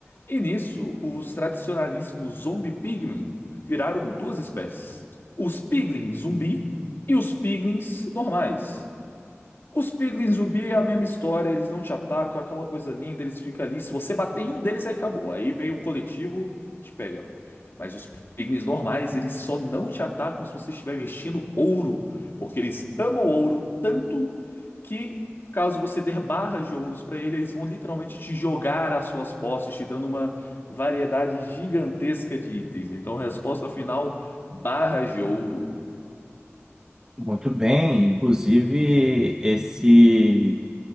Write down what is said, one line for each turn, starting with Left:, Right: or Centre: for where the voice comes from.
Left: E nisso, os tradicionalíssimos zombie pigmin viraram duas espécies: os piglins zumbi e os piglins normais. Os Piglins Ruby é a mesma história, eles não te atacam, é aquela coisa linda, eles ficam ali. Se você bater em um deles, aí acabou. Aí vem o coletivo e te pega. Mas os Piglins normais, eles só não te atacam se você estiver vestindo ouro. Porque eles amam ouro tanto que, caso você der barras de ouros pra eles, eles vão literalmente te jogar às suas posses, te dando uma variedade gigantesca de itens. Então, resposta final: barras de ouro.
Right: Muito bem, inclusive esse.